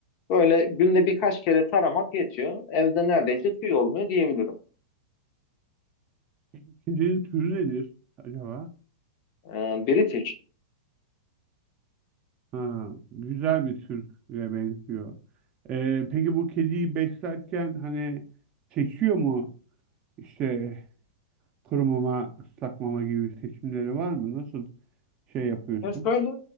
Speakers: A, on the left; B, on the right.
A: Böyle günde birkaç kere taramak yetiyor. Evde neredeyse tüy olmuyor diyebilirim.
B: Peki kedinin türü nedir acaba?
A: Ee, British.
B: Ha, güzel bir türe benziyor. Ee, peki bu kediyi beslerken hani seçiyor mu? İşte kuru mama, ıslak mama gibi seçimleri var mı? Nasıl şey yapıyorsun?
A: Ya şöyle,